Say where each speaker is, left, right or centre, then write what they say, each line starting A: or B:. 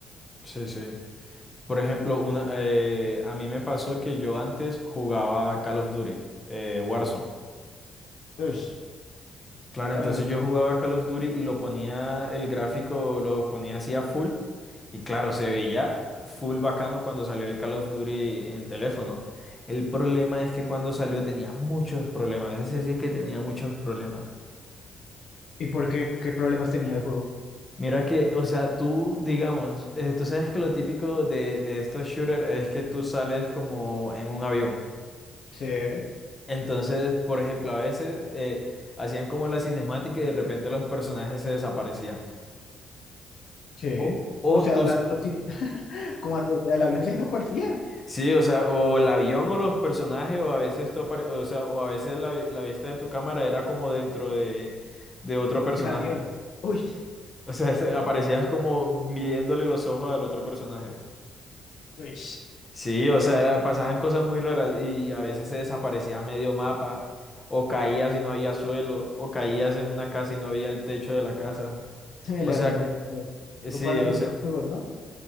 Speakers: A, on the left; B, on the left.
A: sí, sí. Por ejemplo, una, eh, a mí me pasó que yo antes jugaba Call of Duty, eh, Warzone.
B: Pues,
A: Claro,
B: también.
A: entonces yo jugaba Call of Duty y lo ponía, el gráfico lo ponía así a full y claro, se veía full bacano cuando salió el Call of Duty en teléfono. El problema es que cuando salió tenía muchos problemas, ese sí que tenía muchos problemas.
B: ¿Y por qué? ¿Qué problemas tenía el juego?
A: Mira que, o sea, tú, digamos, eh, tú sabes que lo típico de, de estos shooters es que tú sales como en un avión.
B: Sí,
A: Entonces, por ejemplo, a veces eh, hacían como la cinemática y de repente los personajes se desaparecían.
B: sí.
A: O, o
B: O sea,
A: tus
B: la, los- <laughs> ¿cómo así? O sea, el avión se desaparecía.
A: Sí, o sea, o el avión o los personajes, o a veces tú apare- o sea, o a veces la, vi- la vista de tu cámara era como dentro de, de otro personaje.
B: El avión. Uy,
A: O sea, se- aparecías como viéndole los ojos al otro personaje.
B: uy.
A: Sí, o sea, era- pasaban cosas muy raras y a veces se desaparecía medio mapa, o caías y no había suelo, o caías en una casa y no había el techo de la casa.
B: <laughs> El
A: O
B: error
A: sea,
B: del reloj.
A: sí,
B: Eso pasa
A: o
B: mucho
A: sea,
B: en los juegos, ¿no?